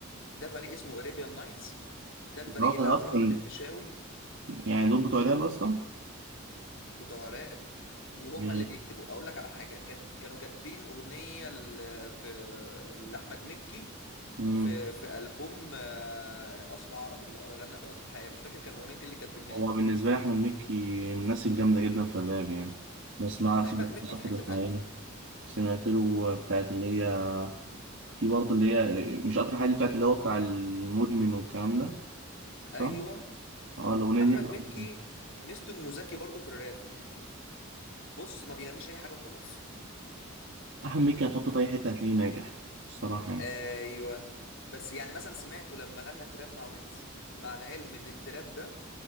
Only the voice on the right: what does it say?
الراجل
اصلا
يعني دول بتوع الراب اصلا
يعني-
مم.
هو
بالنسبه لي احمد مكي من الناس الجامده جدا في الراب يعني بس ما سمعت
له قطر
الحياه
سمعت له بتاعت اللي هي في برضه اللي هي مش قطر الحياه دي بتاعت اللي هو بتاع المدمن والكلام ده صح؟
اه الاغنيه
دي أنا-
احمد مكي هتحطه في اي حته هتلاقيه ناجح الصراحه يعني